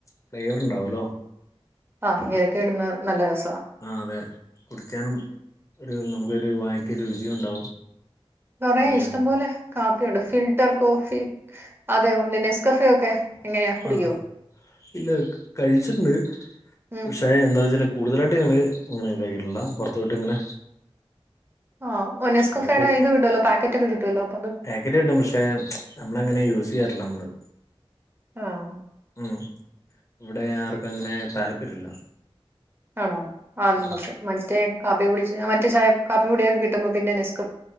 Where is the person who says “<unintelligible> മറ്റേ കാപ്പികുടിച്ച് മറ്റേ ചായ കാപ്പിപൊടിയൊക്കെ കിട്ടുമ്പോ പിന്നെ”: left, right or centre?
Right